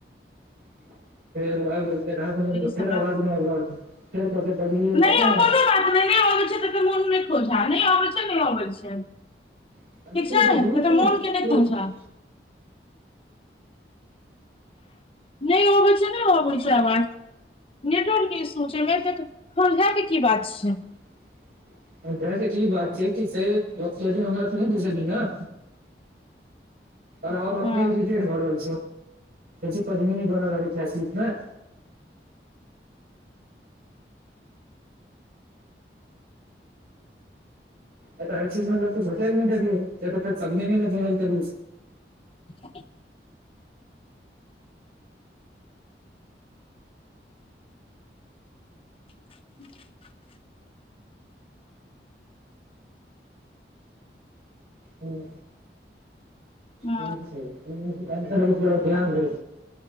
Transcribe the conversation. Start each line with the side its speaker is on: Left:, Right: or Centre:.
Right: <inaudible> फेर
Left: ई सब
Right: फेर आवाज ने आ रहल छै फेर पने
Left: नहि कोनो बात नहि नहि आबे छै त तऽ मोन नहि खोझा नहि आबे छै त नहि आबे छै
Right: नहि
Left: ठीक छै
Right: एते दूर
Left: ए तऽ मन के नहि खउझा नहि अबै छै नहि अबै छै अवाज नेटवर्क के इसू छै खउझै के की बात छै
Right: <inaudible> अचछी बात छै किस भी ह <unintelligible> आर अपनेे
Left: हँ
Right: घर रहल छी पदमीनी बन लागे छै मे तऽ अरचीस मल तू सचल नहि त तऽ ख पदने नहि त
Left: ह <inaudible> ह <inaudible>
Right: ह
Left: हँ
Right: अचछा न ध्यान द